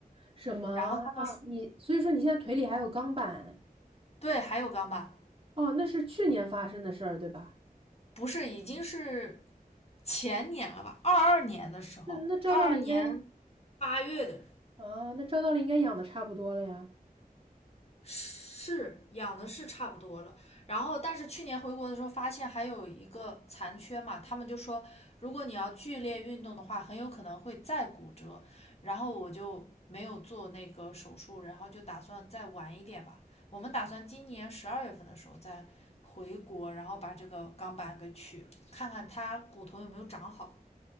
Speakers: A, on the right (about 40°); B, on the left (about 40°).
A: 什么啊？
B: 然后他们说
A: 你所以说你现在腿里还有钢板？
B: 对还有钢板，
A: 哦，那是去年发生的事儿，对吧？
B: 不是已经是前年了吧，二二年的时候，
A: 那那照道理应该
B: 二二年八月的
A: 啊，那照道理应该养的差不多了呀。
B: 是养的是差不多了，然后但是去年回国的时候发现还有一个残缺嘛，他们就说如果你要剧烈运动的话，很有可能会再骨折，然后我就没有做那个手术，然后就打算再晚一点吧。我们打算今年十二月份的时候再回国，然后把这个钢板给取了，看看它骨头有没有长好。